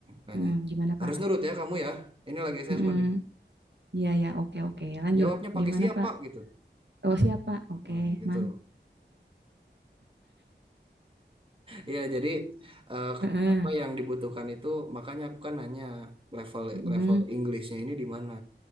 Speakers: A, on the right (about 30°); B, on the right (about 70°).
A: banyak.
B: Hmm, gimana
A: Harus
B: Pak?
A: nurut ya kamu ya. Ini lagi assessment.
B: Hmm,
A: nih.
B: ya ya, oke oke. Lanjut.
A: Jawabnya pakai
B: Gimana
A: siapa
B: Pak?
A: gitu.
B: Oh siapa? Oke,
A: Hmm, gitu.
B: man.
A: Iya, jadi eh,
B: Heeh.
A: apa yang dibutuhkan itu makanya aku kan nanya level
B: Mm,
A: level Inggrisnya ini di mana.